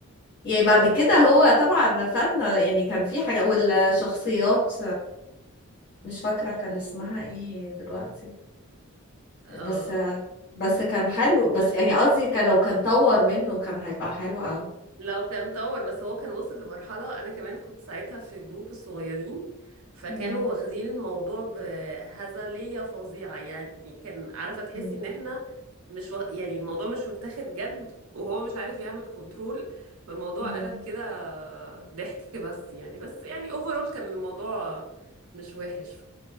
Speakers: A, on the left; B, on the right.
A: يعني بعد كده
B: اه
A: هو طبعا فاتنا يعني كان في حاجة والشخصيات مش فاكرة كان
B: أمم،
A: اسمها ايه دلوقتي
B: اه
A: بس بس كان حلو بس
B: لا
A: يعني قصدي كان لو كان طور منه كان هيبقى حلو أوي
B: لو كان طور بس هو كان وصل لمرحلة انا كمان كنت ساعتها في جروب الصغيرين فكانوا
A: مم.
B: واخدين الموضوع بهزلية فظيعة يعني كان عارفة تحسي
A: مم.
B: ان احنا مش و... يعني الموضوع مش متاخد جد وهو مش عارف يعمل كنترول فالموضوع
A: مم.
B: قلب كده ضحك بس يعني بس يعني اوفرول كان الموضوع مش وحش